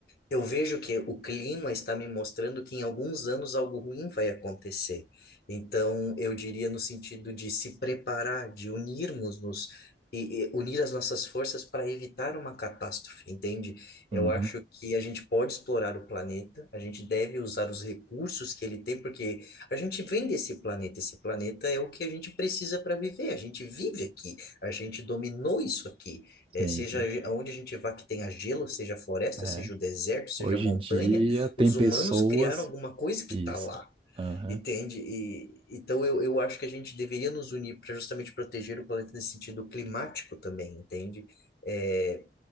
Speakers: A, on the left; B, on the right.
A: eu vejo que o clima está me mostrando que em alguns anos algo ruim vai acontecer. Então, eu diria no sentido de se preparar, de unirmos-nos e, e unir as nossas forças para evitar uma catástrofe, entende? Eu
B: Uhum.
A: acho que a gente pode explorar o planeta, a gente deve usar os recursos que ele tem, porque a gente vem desse planeta, esse planeta é o que a gente precisa para viver, a gente vive aqui, a gente dominou isso aqui. É,
B: Sim,
A: seja
B: sim.
A: onde a gente vá que tenha gelo, seja floresta,
B: É.
A: seja o deserto, seja
B: Hoje
A: montanha,
B: em dia tem
A: os
B: pessoas.
A: humanos criaram alguma coisa que
B: Isso.
A: está lá,
B: Aham.
A: entende? E, então eu, eu acho que a gente deveria nos unir para justamente proteger o planeta nesse sentido climático também, entende? É,